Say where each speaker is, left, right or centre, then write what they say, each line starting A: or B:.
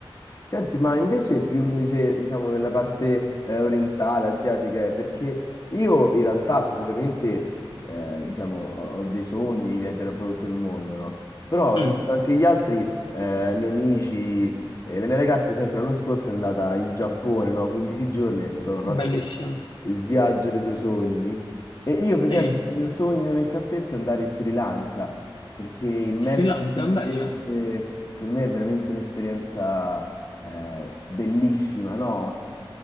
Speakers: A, on the left; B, on the left.
A: Senti, ma invece più invece, diciamo, nella parte eh, orientale, asiatica, eh, perché io in realtà ovviamente eh, diciamo, ho, ho dei sogni di viaggiare un po' tutto il mondo, no? Però
B: Mm,
A: se penso anche gli altri, eh, miei amici, eh, la mia ragazza per esempio l'anno scorso è andata in Giappone, no? 15 giorni, è stato no, proprio
B: bellissimo.
A: il viaggio dei tuoi sogni. E io, per esempio,
B: Sì.
A: il mio sogno nel cassetto è andare in Sri Lanka, perché immersi
B: Sri Lanka,
A: nel
B: bella.
A: verde, secondo me, è veramente un'esperienza eh, bellissima, no?